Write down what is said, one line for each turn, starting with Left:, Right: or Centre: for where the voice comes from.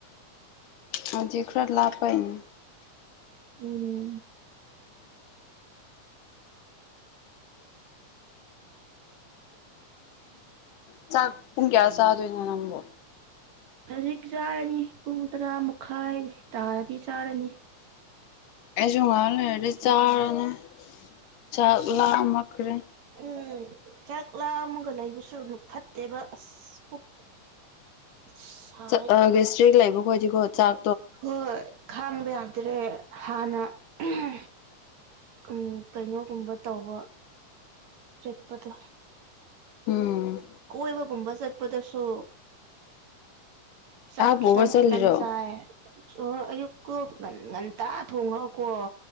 Left: ꯍꯧꯖꯤꯛ ꯈꯔ ꯂꯥꯞꯄꯩꯅꯤ
Right: ꯎꯝ
Left: ꯥꯆꯥꯛ ꯄꯨꯡ ꯀꯌꯥ ꯆꯥꯗꯣꯏꯅꯣ ꯅꯪꯕꯣ
Right: ꯍꯧꯖꯤꯛ ꯆꯥꯔꯅꯤ ꯄꯨꯡ ꯇꯔꯥ ꯃꯈꯥꯏ ꯇꯥꯔꯗꯤ ꯆꯥꯔꯅꯤ
Left: ꯑꯩꯁꯨ ꯉꯍꯥꯛ ꯂꯩꯔꯗꯤ ꯆꯥꯔꯅꯤ ꯆꯥꯛ ꯂꯥꯝ ꯃꯛꯈ꯭ꯔꯦ
Right: ꯎꯝ ꯆꯥꯛ ꯂꯥꯝꯃꯒ ꯂꯩꯕꯁꯨ ꯎꯝ ꯐꯠꯇꯦꯕ ꯑꯁ ꯄꯨꯛ ꯁꯥꯏꯗꯣ
Left: ꯆꯛ ꯑ ꯒ‌ꯦꯁꯇ꯭ꯔꯤ ꯂꯩꯕ ꯈꯣꯏꯗꯤ ꯀꯣ ꯆꯥꯛ
Right: ꯍꯣꯏ ꯈꯥꯡꯕ ꯌꯥꯗ꯭ꯔꯦ ꯍꯥꯟꯅ ꯎꯝ ꯎꯝ ꯀꯩꯅꯣꯒꯨꯝꯕ ꯇꯧꯕ ꯆꯠꯄꯗꯣ
Left: ꯎꯝ
Right: ꯀꯣꯏꯕ ꯒꯨꯝꯕ ꯆꯠꯄꯗꯁꯨ ꯆꯥꯛ
Left: ꯄꯨꯒ
Right: ꯈꯤꯠꯇꯪ
Left: ꯆꯠꯂꯤꯔꯣ
Right: ꯈꯤꯠꯇꯪ ꯆꯥꯏꯌꯦ ꯑꯣ ꯑꯣ ꯑꯌꯨꯛꯀꯣ ꯉꯟ ꯉꯟꯇꯥ ꯊꯣꯡꯍꯧꯀꯣ